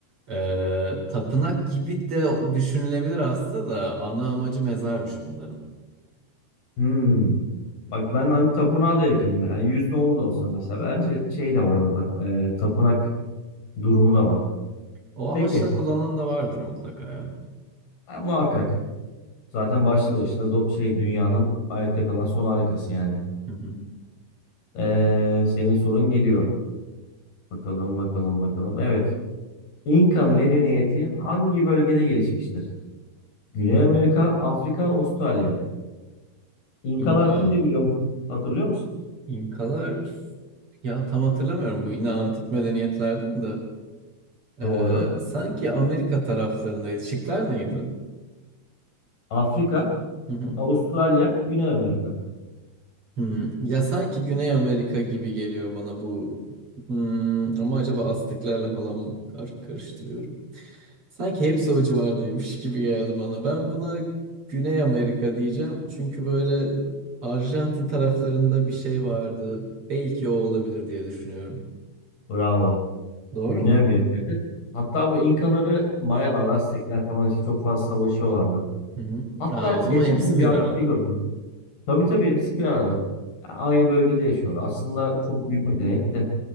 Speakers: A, on the right; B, on the left.
A: Ee, tapınak gibi de düşünülebilir aslında da ana amacı mezarmış bunların.
B: Hmm. Bak ben hani tapınağa da yakınım. Yani %10 da olsa mesela bence şey de var orada. e, tapınak durumu da var.
A: O amaçla
B: Peki.
A: kullanan da vardır mutlaka ya.
B: Ha, muhakkak. Zaten başlı başına do- şey dünyanın ayakta kalan son harikası yani.
A: Hı hı.
B: E, senin sorun geliyor. Bakalım bakalım bakalım. Evet. İnka medeniyeti hangi bölgede gelişmiştir? Güney Amerika, Afrika, Avustralya. İnkalar
A: İnka.
B: kimdi biliyor musun? Hatırlıyor musun?
A: İnkalar ya tam hatırlamıyorum bu yine antik medeniyetlerden de.
B: Doğru.
A: Ee, sanki Amerika taraflarındaydı. Şıklar neydi?
B: Afrika,
A: Hı hı.
B: Avustralya, Güney Amerika.
A: Hmm, Ya sanki Güney Amerika gibi geliyor bana bu. Hmm, ama acaba Azteklerle falan mı kar- karıştırıyorum? Sanki hepsi o civardaymış gibi geldi bana. Ben buna Güney Amerika diyeceğim. Çünkü böyle Arjantin taraflarında bir şey vardı. Belki o olabilir diye düşünüyorum.
B: Bravo.
A: Doğru
B: Güney
A: mu?
B: Amerika'ydı. Hatta bu İnkaları Mayalar, Aztekler falan işte çok fazla savaşıyorlardı.
A: Hı hı.
B: Hatta
A: Aa,
B: geçen
A: o zaman hepsi bir
B: bir haberde
A: arada.
B: gördüm. Tabii tabii hepsi bir arada. Ya, Aynı bölgede yaşıyor. Aslında çok büyük medeniyet de.